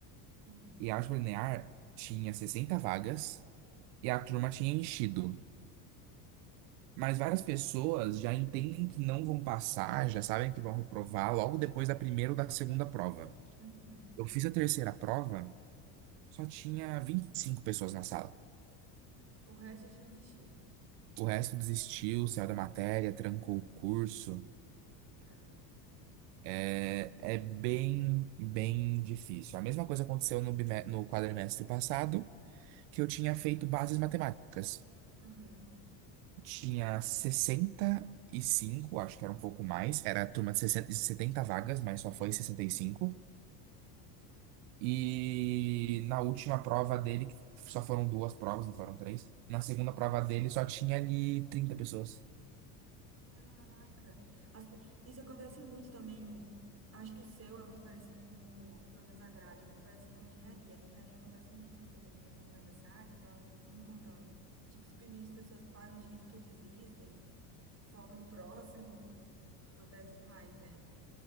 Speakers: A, on the right; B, on the right.
A: Uhum,
B: E a álgebra linear tinha 60 vagas e a turma tinha enchido. Mas várias pessoas já entendem que não vão passar, já sabem que vão reprovar logo depois da primeira ou da segunda prova.
A: uhum.
B: Eu
A: Aí,
B: fiz a terceira prova, só tinha 25 pessoas na sala.
A: O resto eu tinha desistido.
B: O resto desistiu, saiu da matéria, trancou o curso.
A: Caraca.
B: É, é bem, bem difícil. A mesma coisa aconteceu no, bime- no quadrimestre passado, que eu tinha feito bases matemáticas.
A: Uhum.
B: Tinha 65, acho que era um pouco mais, era a turma de 60 de 70 vagas, mas só foi sessenta E cinco. E na última prova dele, que só foram duas provas, não foram três. Na segunda prova dele só tinha ali 30 pessoas.
A: Caraca. As pe- Isso acontece muito também. Acho que o seu é muito parecido com, pelo menos a grade, é muito parecido com engenharia. A engenharia acontece muito isso também, porque minha irmã é dessa área, então ela vivia me contando. De que simplesmente as pessoas param de ir porque desistem, focam no próximo. <laughs> Acontece demais, né?